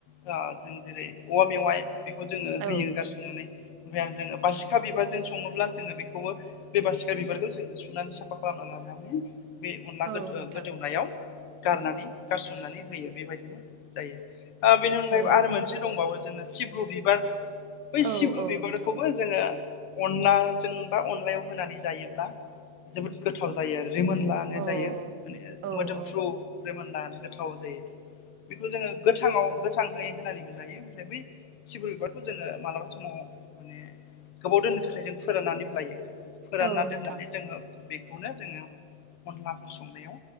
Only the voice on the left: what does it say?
ओ जों जेरै औवा मेवाइ बेखौ जोङो
होयो गारस'नानै ओमफ्राय आरो जोङो बारसिखा बिबार जों सङोब्ला जोङो बेखौबो बे बासिखा बिबारखौ जोङो सुनानै साफा खालामना लानानै बे अनला
गो
गोदौनायाव गारनानै गारसननानै होयो बेबायदिनो जायो ओ बेनि अनगायैबो
आरो मोनसे दंबावो जोङो सिब्रु बिबार बै
सिब्रु
बिबारखौबो
जोङो अनलाजों बा अनलायाव होनानै जायोब्ला जोबोद गोथाव जायो आरो रिमोन लानो
जायो माने
मोदोमफ्रु
रिमोनला गोथाव जायो। बेखौ जोङो गोथाङाव गोथाङै होनानैबो जायो ओमफ्राय बै सिब्रु बिबारखौ जोङो मालाबा समाव माने गोबाव दोननो थाखाय जों फोराननानैबो लायो। फोरानना
दोननानै
जोङो बेखौनो जोङो अनलाफोर संनायाव